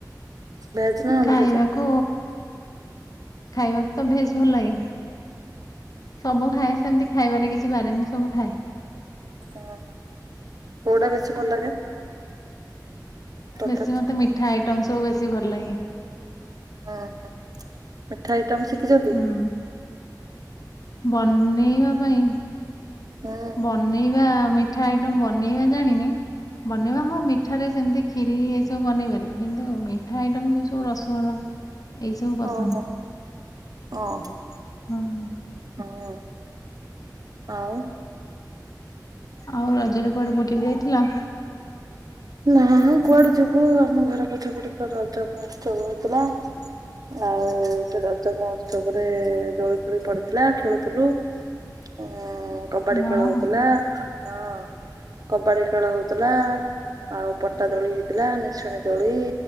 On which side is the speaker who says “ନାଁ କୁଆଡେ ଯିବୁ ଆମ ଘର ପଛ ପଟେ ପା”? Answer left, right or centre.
Right